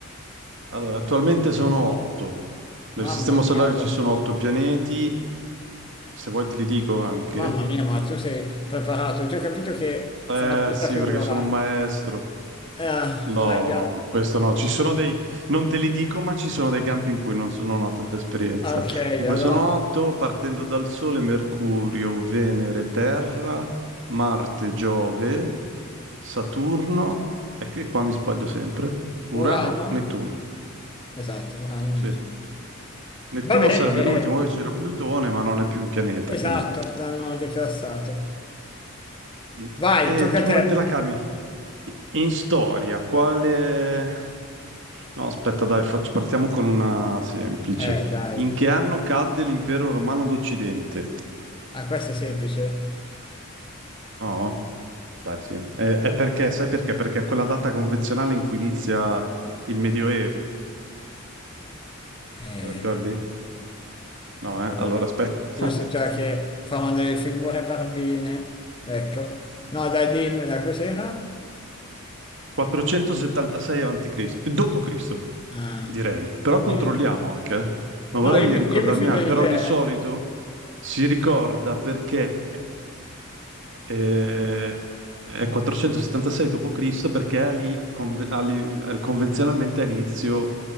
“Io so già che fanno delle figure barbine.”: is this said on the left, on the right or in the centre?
Left